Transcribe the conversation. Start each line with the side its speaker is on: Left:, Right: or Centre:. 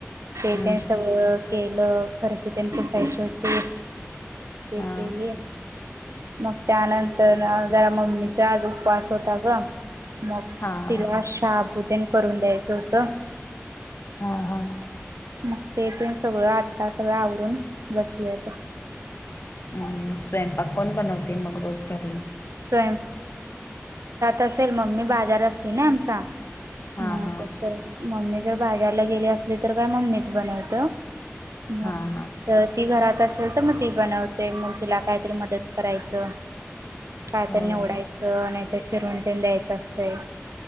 Right: तेथ
Left: हम्म
Right: सगळं केलं फरशी त्यांनी पसायची होती ते
Left: हा
Right: केली मग त्यानंतर जरा मम्मीचा आज उपवास होता ग मग
Left: हा
Right: तिला शाभूतेन करून द्यायचं होतं
Left: हा हा
Right: मग तेथ सगळं आता सगळं आवरून बसलेय
Left: अम स्वयंपाक कोण बनवते मग रोज घरी
Right: ् असल मम्मी बाजार असते ना आमचा
Left: हा
Right: मग
Left: हा
Right: च मम्मी जर बाजारला गेली असली तर काय मम्मीच बनवत मग
Left: हा हा
Right: च ती घरात असेल तर मग ती बनवते मग तिला काहीतरी मदत करायचं कायत
Left: होय
Right: नि उडायचं नाहीतर चिरून ते द्यायचं असतंय